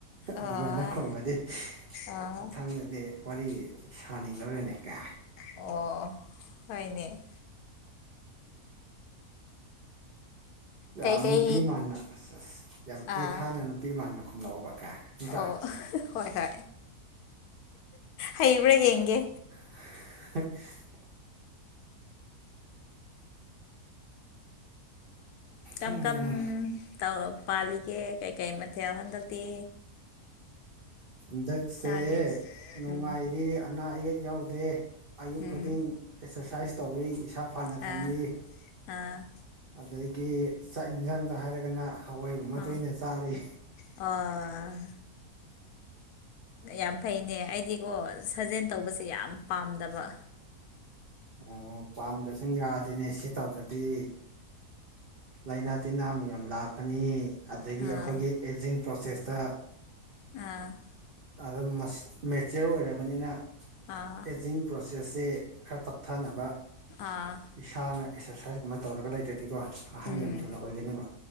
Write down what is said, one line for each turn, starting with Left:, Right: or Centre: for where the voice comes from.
Right: ꯑꯗꯨꯃꯥꯏꯅ
Left: ꯑꯥ
Right: ꯈꯨꯝꯃꯗꯤ
Left: ꯑꯥ
Right: ꯃꯊꯪꯗꯗꯤ ꯗꯤ ꯋꯥꯔꯤ ꯁꯥꯅꯤꯡ ꯂꯧꯔꯦꯅꯦ ꯀ
Left: ꯑꯣ ꯍꯣꯏꯅꯦ
Right: ꯌꯥꯝ
Left: ꯀꯩꯀꯩ
Right: ꯅꯨꯄꯤ ꯃꯥꯟꯅ ꯑꯁ ꯑꯁ ꯌꯥꯝ ꯀꯦ
Left: ꯑꯥ
Right: ꯊꯥꯅ ꯅꯨꯄꯤ ꯃꯥꯟꯅ ꯈꯨꯝꯂꯛꯎꯕ ꯀꯥꯏ ꯅꯥꯠꯔꯥ
Left: ꯑꯣ ꯍꯣꯏ ꯍꯣꯏ ꯍꯩꯕ꯭ꯔꯥ ꯌꯦꯡꯒꯦ
Right: <unintelligible>
Left: ꯀꯝ
Right: ꯎꯝ
Left: ꯀꯝ ꯇꯧ ꯄꯥꯜꯂꯤꯒꯦ ꯀꯩꯀꯩ ꯃꯊꯦꯜ ꯍꯟꯗꯛꯇꯤ
Right: ꯍꯟꯗꯛꯁꯦ
Left: ꯆꯥꯒꯦ
Right: ꯅꯨꯡꯉꯥꯏꯔꯤ
Left: ꯎꯝ
Right: ꯑꯅꯥ ꯑꯌꯦꯛ ꯌꯥꯎꯗꯦ ꯑꯌꯨꯛ
Left: ꯎꯝ
Right: ꯈꯨꯗꯤꯡ ꯑꯦꯛꯁꯔꯁꯥꯏꯁ ꯇꯧꯔꯤ ꯏꯁꯥ ꯐꯅ
Left: ꯑꯥ
Right: ꯊꯝꯂꯤ
Left: ꯑꯥ
Right: ꯑꯗꯒꯤ ꯆꯥꯛ ꯌꯦꯟꯁꯥꯡꯗ ꯍꯥꯏꯔꯒꯅ ꯍꯋꯥꯏꯒꯨꯝꯕ
Left: ꯑꯥ
Right: ꯇꯣꯏꯅ ꯆꯥꯔꯤ
Left: ꯑꯥ ꯌꯥꯝ ꯐꯩꯅꯦ ꯑꯩꯗꯤꯀꯣ ꯁꯥꯖꯦꯜ ꯇꯧꯕꯁꯦ ꯌꯥꯝ ꯄꯥꯝꯗꯕ
Right: ꯑꯣ ꯄꯥꯝꯕꯗꯁꯨ ꯌꯥꯗꯦꯅꯦ ꯁꯤ ꯇꯧꯗ꯭ꯔꯗꯤ ꯂꯥꯏꯅꯥ ꯇꯤꯟꯅꯥ ꯃꯌꯥꯝ ꯂꯥꯛꯀꯅꯤ ꯑꯗꯒꯤ
Left: ꯑꯥ
Right: ꯑꯩꯈꯣꯏꯒꯤ ꯑꯦꯖꯤꯡ ꯄ꯭ꯔꯣꯁꯦꯁꯇ
Left: ꯑꯝ
Right: ꯑꯗꯨꯝ ꯃꯦꯆꯤꯌꯣꯔ ꯑꯣꯏꯔꯕꯅꯤꯅ
Left: ꯑꯥ
Right: ꯑꯦꯖꯤꯡ ꯄ꯭ꯔꯣꯁꯦꯁꯁꯦ ꯈꯔ ꯇꯞ ꯊꯥꯅꯕ
Left: ꯑꯥ
Right: ꯏꯁꯥꯅ ꯑꯦꯛꯁꯔꯁꯥꯏꯁ ꯀꯨꯝꯕ ꯇꯧꯔꯒ ꯂꯩꯇ꯭ꯔꯗꯤꯀꯣ ꯑꯍꯟ
Left: ꯎꯝ
Right: ꯌꯥꯝ ꯊꯨꯅ ꯑꯣꯏꯒꯅꯤꯕ